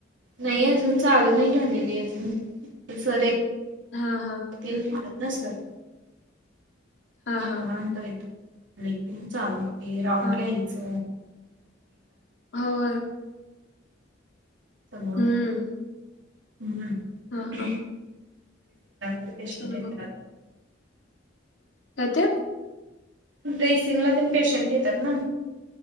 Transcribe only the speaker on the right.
नाही अजून चालू नाही झालेली अजून पण सर
<unintelligible> ना सर
अकरा
नंतर येत आले कि मग चालू होतय राऊंड
घ्यायचं
<unintelligible> <unintelligible>
हम्म
<unintelligible>
पेशन्ट
येतात.
ड्रेसिंगला तेन पेशंट येत्यात ना